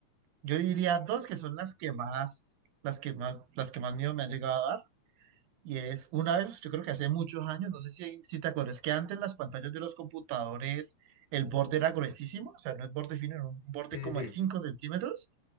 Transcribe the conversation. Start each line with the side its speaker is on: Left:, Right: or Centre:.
Right: yo diría dos que son las que más, las que más, las que más miedo me han llegado a dar. Y es una vez, yo creo que hace muchos años, no sé si, si te acuerdas que antes las pantallas de los computadores, el borde era gruesísimo, o sea, no es borde fino, era un borde
Left: Sí,
Right: como
Left: sí, sí,
Right: de 5 centímetros.